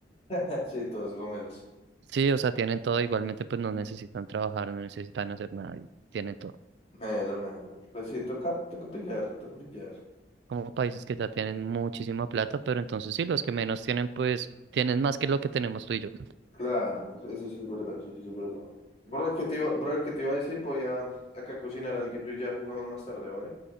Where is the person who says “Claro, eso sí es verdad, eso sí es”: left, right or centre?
Left